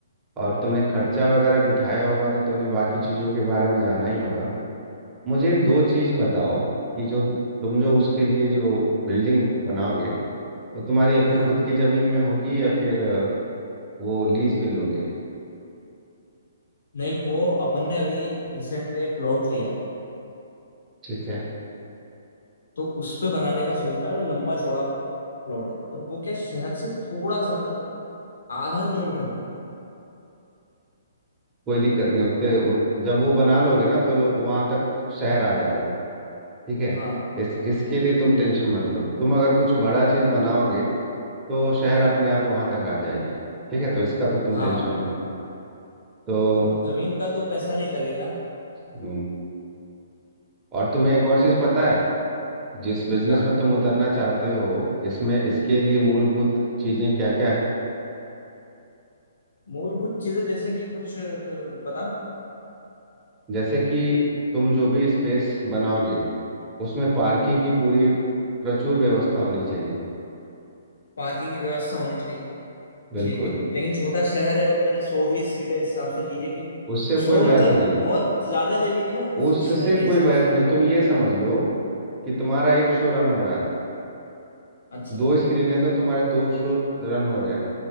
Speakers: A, on the right; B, on the left.
A: और तुमने खर्चा वगैरह बिठाया होगा तो तुमने बाकी चीजों के बारे में जाना ही होगा मुझे दो
B: हम्म,
A: चीज बताओ कि जो तुम जो उसके
B: हम्म,
A: लिए जो बिल्डिंग बनाओगे वो तुम्हारी अपनी
B: हाँ
A: खुद की जमीन में होगी या फिर अ, वो लीज पे लोगे
B: नहीं वो अपन ने अभी रिसेंट में एक प्लॉट लिया है
A: ठीक है
B: तो उस पे बनाने का सोच रहा है वो लंबा चौड़ा प्लॉट है और वो क्या शहर से थोड़ा सा मतलब आधा किलोमीटर दूर
A: कोई दिक्कत नहीं उतने वो- जब वो बना लोगे ना तो वहां तक शहर आ जाएगा ठीक है
B: है हाँ
A: इस इसके लिए तुम टेंशन मत लो तुम अगर कुछ बड़ा चीज बनाओगे तो शहर अपने आप वहां तक आ जाएगी ठीक है तो इसका तो तुम
B: हाँ
A: टेंशन
B: वही
A: मत लो तो
B: तो जमीन का तो पैसा नहीं लगेगा
A: हम्म, और तुम्हें एक और चीज पता है जिस बिजनेस
B: क्या
A: में तुम उतरना चाहते हो इसमें इसके लिए मूलभूत
B: हाँ
A: चीजें क्या क्या है
B: मूलभूत चीजें जैसे कि कुछ अ, बताओ
A: जैसे कि तुम जो भी स्पेस बनाओगे उसमें पार्किंग
B: हम्म
A: की पूरी प्रचुर व्यवस्था होनी चाहिए
B: पार्किंग की व्यवस्था होनी चाहिए
A: बिल्कुल
B: ठीक है लेकिन छोटा शहर है और मैंने सौ ही सीटें इस हिसाब से ली है कि
A: उससे
B: सौ
A: कोई बहस
B: मतलब
A: नहीं
B: बहुत ज्यादा ले ली मैंने उस
A: उससे
B: शहर के हिसाब
A: कोई बहस
B: से
A: नहीं तुम ये समझ लो कि तुम्हारा एक शो रन हो रहा है
B: अच्छा
A: दो स्क्रीन है तो तुम्हारे दो शो रन हो रहे हैं